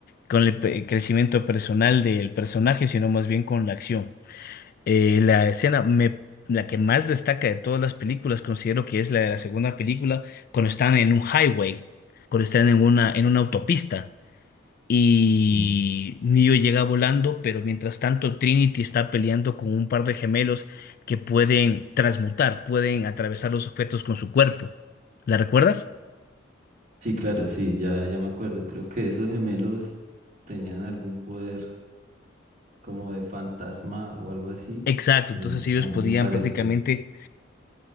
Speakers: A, on the left; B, on the right.
A: con el pe- crecimiento personal del personaje, sino más bien con la acción. Eh, la escena me, la que más destaca de todas las películas considero que es la de la segunda película, cuando están en un highway, cuando están en una, en una autopista. y
B: mm.
A: Neo llega volando, pero mientras tanto Trinity está peleando con un par de gemelos que pueden transmutar, pueden atravesar los objetos con su cuerpo. ¿La recuerdas?
B: Sí, claro, sí, ya, ya me acuerdo. Creo que esos gemelos tenían algún poder como de fantasma o algo así,
A: Exacto,
B: que
A: entonces ellos
B: a
A: podían
B: mí me pareció.
A: prácticamente